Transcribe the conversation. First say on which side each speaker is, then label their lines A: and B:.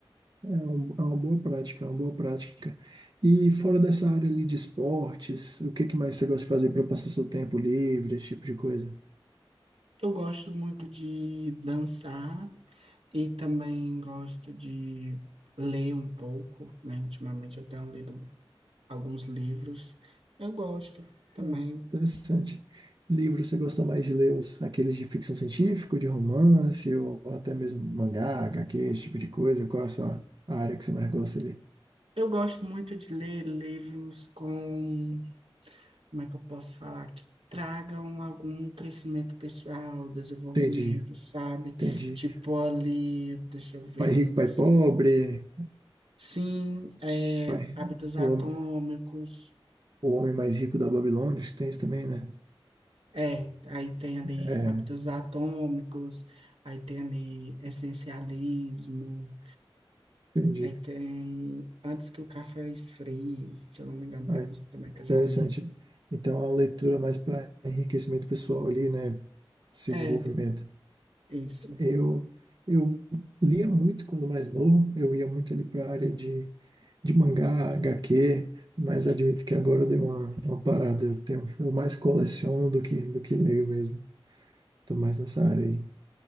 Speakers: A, on the right; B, on the right.
A: É, um- é uma boa prática, é uma boa prática. E fora dessa área ali de esportes, o que que mais você gosta de fazer para passar seu tempo livre, esse tipo de coisa?
B: Eu gosto muito de dançar e também gosto de ler um pouco, né? Ultimamente eu tenho lido alguns livros. Eu gosto também.
A: Ah, interessante. Livros, você gosta mais de ler os, aqueles de ficção científica, de romance, ou até mesmo mangá, HQ, esse tipo de coisa? Qual é a sua área que você mais gosta de ler?
B: Eu gosto muito de ler livros com, como é que eu posso falar, que tragam algum crescimento pessoal, desenvolvimento,
A: Entendi,
B: sabe?
A: entendi.
B: Tipo ali, deixa eu ver
A: Pai
B: um
A: rico,
B: dos.
A: pai pobre,
B: Sim, é,
A: pai,
B: Hábitos Atômicos.
A: o, hom- o homem mais rico da Babilônia, acho que tem isso também, né?
B: É, aí tem ali
A: É,
B: hábitos atômicos, aí tem ali essencialismo,
A: entendi.
B: aí tem Antes que o café esfrie, se eu não me engano,
A: Ah,
B: tem uns também que eu já
A: Interessante.
B: li.
A: Então, a leitura mais para enriquecimento pessoal ali, né? Esse
B: É,
A: desenvolvimento.
B: d- isso.
A: Eu, eu lia muito quando mais novo, eu ia muito ali para a área de, de mangá, HQ, mas admito que agora eu dei uma, uma parada. Eu tenho, eu mais coleciono do que, do que leio mesmo. Estou mais nessa área aí.